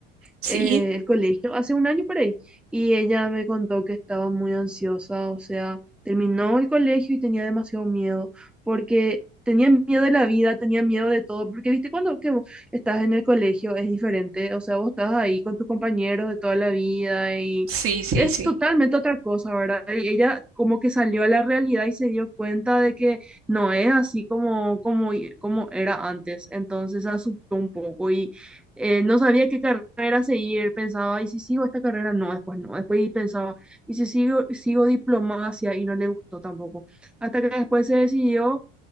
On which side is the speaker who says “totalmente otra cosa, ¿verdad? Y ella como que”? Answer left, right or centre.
Centre